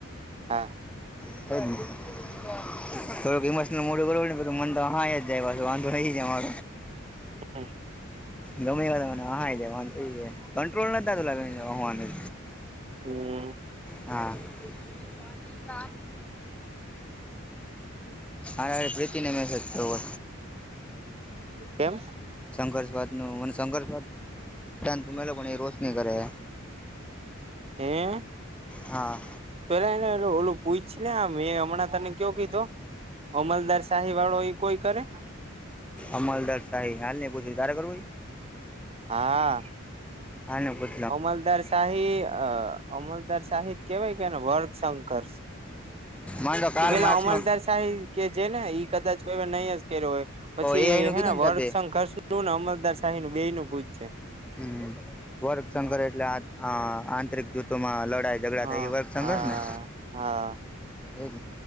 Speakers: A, on the right; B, in the centre.
A: હા
B: <unintelligible> થોડોક ઇમોશનલ મોડ કરને મન તો હ જાય પાછ વાંધો નહી જ <unintelligible>
A: <unintelligible>
B: ગમે એ ત મને <unintelligible> જ કંટ્રોલ નતા એલા.
A: હમ્મ
B: હા, <unintelligible> હારે હારે પ્રીતિને મેસેજ કરવો,
A: કેમ,
B: સંઘર્ષવાદ નું મને સંઘર્ષવાદ <unintelligible> તુમે લોકો કો રોશની કરે હે,
A: હે.
B: હા,
A: પેલા એને ઓલું પૂછ ને આ મે એ હમણાં તને કેવો કીધો? અમલદાર શાહી વાળો એ કોઈ કરે?
B: અમલદરશાહી હાલ ન પૂછું તારા કરુ વો ઈ?
A: હા,
B: હા <inaudible>
A: અમલદાર શાહી અમલદાર શાહી કેવાય કે ને વર્ગશંકર? <unintelligible>
B: મારે તો કાલ
A: તુ પેલા
B: માર્ક્સનો
A: અમલદાર શાહી કે જે ને કદાચ કોઈ નહી જ કર્યો હોય, પછી
B: એઆઈ નું
A: હેના
B: કીધું ને
A: વર્ગ
B: સાહેબે
A: સંંકર્ષ નું અમલદાર શાહી નું બે નું પૂછ જ જે.
B: હમ વર્ગશંકર એટલે આંતરિક જૂથો માં લડાાય ઝઘડા
A: હા
B: થાય એ વર્ગ
A: હા
B: સંઘસ ને
A: હા
B: એજ